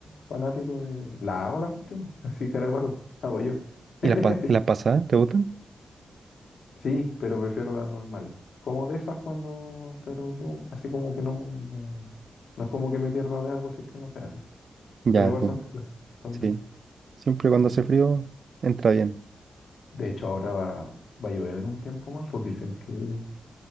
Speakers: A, on the left (about 70°); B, on the right (about 65°).
A: fanático de... La hago la cuestión, <laughs> así cara de palo, hago yo.
B: ¿Y
A: <laughs>
B: las pa- y las pasadas, te gustan?
A: Sí, pero prefiero las normales. Como de esas cuando... Pero yo, así como que no... No, no es como que me pierda de algo si es que no se hace.
B: Ya,
A: Pero
B: entiendo.
A: igual son ricas, son
B: Sí.
A: ricas,
B: Siempre
A: son
B: cuando hace
A: ricas.
B: frío, entra bien.
A: De hecho, ahora va, va a llover en un tiempo más, pues dicen que